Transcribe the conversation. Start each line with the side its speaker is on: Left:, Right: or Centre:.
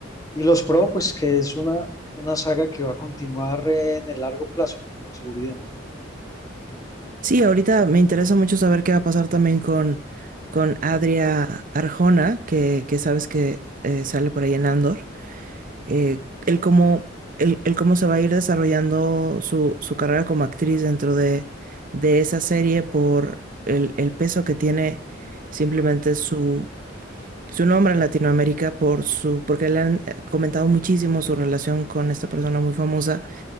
Left: y los pro, pues que es una, una saga que va a continuar eh, en el largo plazo, con toda seguridad.
Right: Sí, ahorita me interesa mucho saber qué va a pasar también con, con Adria Arjona, que, que sabes que eh, sale por ahí en Andor. Eh, el cómo, el, el cómo se va a ir desarrollando su, su carrera como actriz dentro de, de esa serie por el, el peso que tiene simplemente su, su nombre en Latinoamérica, por su, porque le han eh, comentado muchísimo su relación con esta persona muy famosa